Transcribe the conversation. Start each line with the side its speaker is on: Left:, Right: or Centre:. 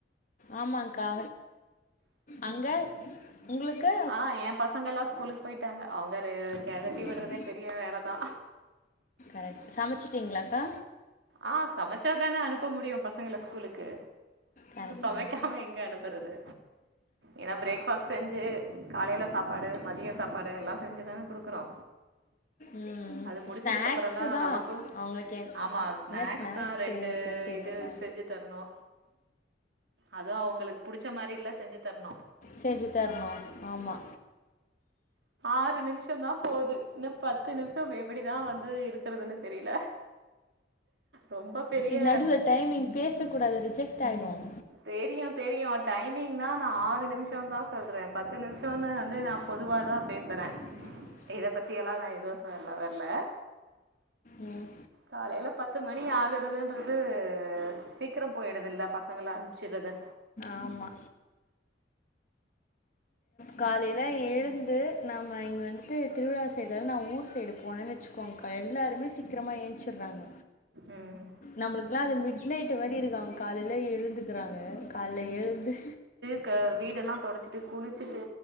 Left: ஆமாங்கா அங்க உங்ளுக்கு
Right: ஆ ஏ பசங்க எல்லா ஸ்கூலுக்கு போயிட்டாங்க அவுங்க ரெ கெளப்பி
Left: போயிட்டாங்க
Right: விட்றதே பெரிய வேலதா
Left: அ சமைச்சிட்டிங்ளாக்கா
Right: ஆ சமைச்சாதான அனுப்ப முடியு பசங்கள ஸ்கூலுக்கு
Left: கரெக்டு
Right: சமைக்காம
Left: தான்
Right: எங்க அனுப் வருது ஏன்னா பிரேக் ஃபாஸ்ட் செஞ்சு காலையில சாப்பாடு மதிய சாப்பாடு எல்லா செஞ்சுதான குடுக்குறோ
Left: ம்
Right: அது முடிச்சதுக்கப்றோ
Left: ஸ்நாக்ஸு
Right: தா
Left: தான்
Right: நமக்கு
Left: அவங்களுக்கு என்-
Right: ஆமா ஸ்நாக்ஸ்
Left: என்ன
Right: தா ரெண்டு
Left: செய்கிறதுன்னு தெரியுமா
Right: இது செஞ்சு தருனூ அதுவு அவுங்களுக்கு புடிச்ச மாரி இல்ல செஞ்சு தருனூ
Left: செஞ்சு தருனூ ஆமா
Right: ஆறு நிமிஷோ தா போது இன்னோ பத்து நிமிஷோ எப்டிதா வந்து இருக்குறதுன்னு தெரில ரொம்ப பெரிய
Left: இது நடுவில் டைமிங் பேசக்கூடாது ரிஜெக்ட் ஆகிடும்
Right: தெரியு தெரியு டைமிங்தா நா ஆறு நிமிஷோ தா சொல்றே பத்து நிமிஷோனு வந்து நா பொதுவா தா பேசுறே
Left: <inaudible>
Right: இத பத்தியெல்லா நா எதுவு சொல்ல வர்ல
Left: உம்
Right: காலையில பத்து மணி ஆகுறதுன்றது சீக்கிரம் போயிடுது இல்ல பசங்கள அம்ச்சிறது
Left: ஆமா காலையில எழுந்து நாம இங்க வந்துட்டு திருவிழா சைடுலா நா ஊர் சைடு போனோனு வச்சுக்கோங்க்கா எல்லாருமே சீக்கிரமா ஏன்ச்சிறாங்க
Right: ம்
Left: நம்மளுக்குல்லா அது மிட் நைட் மாரி இருக்கு அங் காலையில எழுந்துக்குறாங்க கால்ல எழுந்து
Right: க்கு வீடெல்லா தொடச்சிட்டு குளிச்சிட்டு